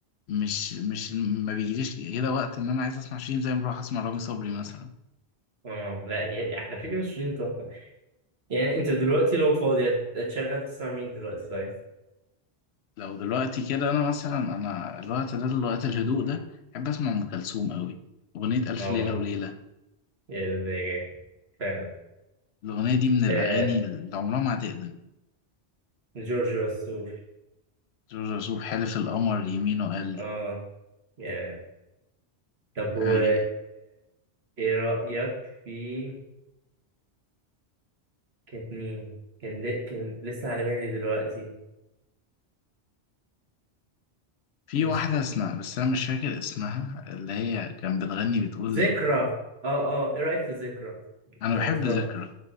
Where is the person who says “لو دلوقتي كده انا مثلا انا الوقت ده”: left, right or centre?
Left